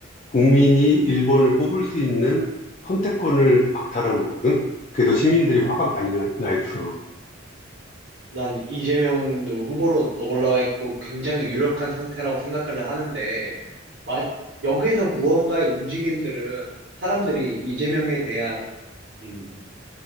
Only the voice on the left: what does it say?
국민이 일본을 뽑을 수 있는 선택권을 박탈하는 거거든. 그래서 시민들이 화가
많이 나, 나 있어.